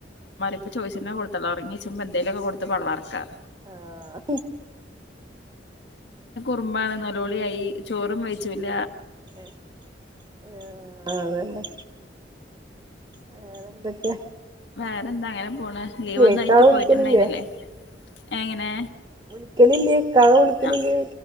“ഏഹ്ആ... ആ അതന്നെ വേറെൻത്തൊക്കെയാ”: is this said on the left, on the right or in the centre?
Right